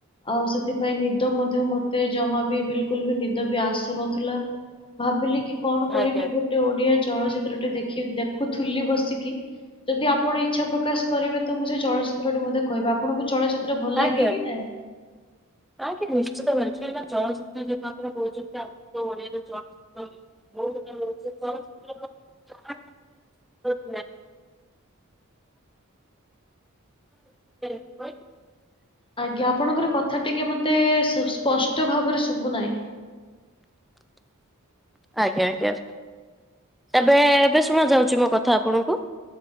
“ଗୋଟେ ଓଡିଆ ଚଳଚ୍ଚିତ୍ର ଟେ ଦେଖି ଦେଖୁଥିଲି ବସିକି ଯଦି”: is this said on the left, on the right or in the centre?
Left